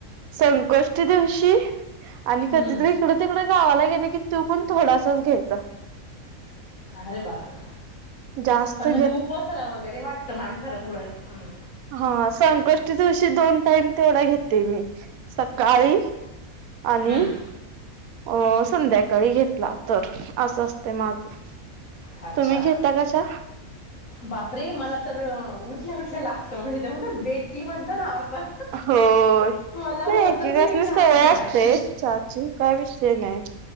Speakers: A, on the right; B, on the left.
A: संकष्टी दिवशी आणि
B: हम्म
A: कधीतरी हिकड तिकड गावाला गेले की, तो पण थोडासाच घ्यायचा.
B: अरे बापरे,
A: जास्त
B: पण
A: घेत
B: मग ते उपवासाला वगैरे वाटतं माणसाला थोडं. हं.
A: हा, संकष्टी दिवशी दोन टाईम तेवढा घेते मी, सकाळी आणि
B: हम्म
A: अ संध्याकाळी घेतला तर, असं असतय माझं.
B: अच्छा,
A: तुम्ही घेता का चहा?
B: बापरे मला तर उठ ल्या, कुठल्या लागतो, म्हणजे ते म्हणत बेड टी म्हणतो ना आपण.
A: होय. नाही,
B: मला होतच
A: एकेकासनी
B: नाही चहाशिवाय
A: सवय असते चहाची, काय विषय नाही.